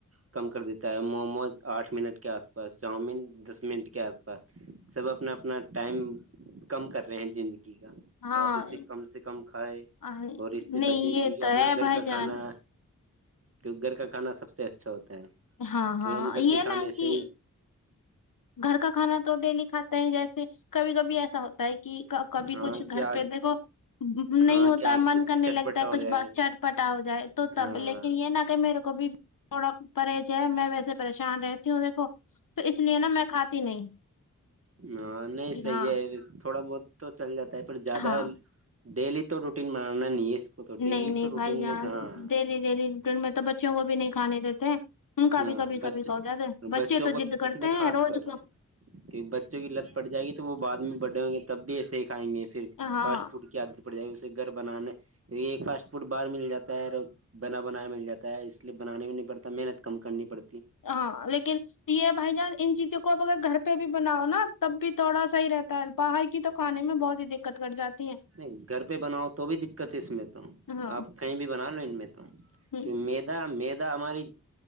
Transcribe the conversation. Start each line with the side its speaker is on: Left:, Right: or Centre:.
Right: کم کر دیتا ہے موموز آٹھ منٹ کے آس پاس چاؤمن دس منٹ کے آس پاس سب اپنا اپنا ٹائم کم کر رہے ہیں زندگی کا
Left: ہاں
Right: تو آپ اسے کم سے کم کھائے
Left: آہ،
Right: اور اس سے
Left: نہیں
Right: بچے کیونکہ
Left: یہ تو
Right: اپنا
Left: ہے
Right: گھر
Left: بھائی
Right: کا
Left: جان
Right: کھانا توگھر کا کھانا سب سے اچھا ہوتا ہے
Left: ہاں
Right: کہ
Left: ہاں
Right: ہم گھر کے
Left: یہ
Right: کھانے
Left: نہ کہ
Right: سے ہی
Left: گھر کا کھانا تو ڈیلی کھاتے ہے جیسے کبھی کبھی ایسا ہوتا ہے کہ کبھی
Right: ہاں
Left: کچھ گھر
Right: کہ آج
Left: پہ دیکھو نہیں
Right: ہاں
Left: ہوتا
Right: کہ
Left: ہے
Right: آج
Left: من
Right: کچھ
Left: کرنے
Right: چٹپٹا
Left: لگتا ہے
Right: ہو
Left: کچھ
Right: جائے
Left: بات چٹ پٹا ہو جائے تو تب
Right: ہاں
Left: لیکن یہ نہ کہ میرے کو بھی تھوڑا پرہز ہے میں ویسے پریشان رہتی ہوں دیکھو تو اس لیے نا میں کھاتی نہیں
Right: ہاں نہیں صحیح
Left: ہاں
Right: ہے تھوڑا بہت تو چل جاتا ہے پر زیادہ
Left: ہاں
Right: ڈیلی تو روٹین بنانا نہیں ہے اس کو تو ڈیلی
Left: نہیں نہیں
Right: تو روٹین
Left: بھائی جان
Right: میں ہاں
Left: ڈیلی ڈیلی روٹین میں تو بچیوں کو بھی نہیں کھانے دیتے ان کا
Right: ہاں
Left: بھی کبھی
Right: بچے
Left: کبھی کا ہوجاتا ہے بچے
Right: بچوں
Left: تو
Right: کو
Left: ضد
Right: جس
Left: کرتے
Right: میں خاص
Left: ہیں روز
Right: کر
Left: کو
Right: کہ بچوں کو لت پڑ جائے گی تو وہ بعد میں بڑے ہووں گے تب بھی ایسے ہی کھائیں گے پھر
Left: ہاں
Right: فاسٹ فوڈ کی عادت پڑ جائے اسے گھر بنانے ایک فاسٹ فوڈ باہر مل جاتا ہے اور بنا بنایا مل جاتا ہے اس لیے بنانے بھی نہیں پڑتا محنت کم کرنی پڑ
Left: ہاں لیکن یہ بھائی جان ان چیزوں کو کو اب اگر گھر پہ بھی بناؤ نا تب بھی تھوڑا صحیح رہتا ہے باہر کی تو کانے میں بہت ہی دقت گٹ جاتی ہے
Right: نہیں گھر پہ بناؤ تو بھی دقت ہے اس میں تو
Left: ہاں
Right: آپ کہیں بھی بنا لو ان میں تو
Left: ہ
Right: کے میر میدہ ہماری